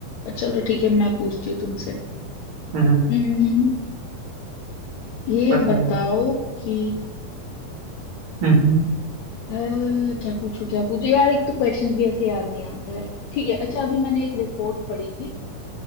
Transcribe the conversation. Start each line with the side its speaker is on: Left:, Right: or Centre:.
Left: चलो ठीक है मैं पूछती हूँ तुमसे
Right: हम्म,
Left: हम्म, ये
Right: बताइए
Left: बताओ कि
Right: हम्म
Left: अ, क्या पूछो क्या पूछो यार एक तो क्वेश्चंस भी ऐसे याद नहीं आता है ठीक है अच्छा अभी मैंने एक रिपोर्ट पढ़ी थी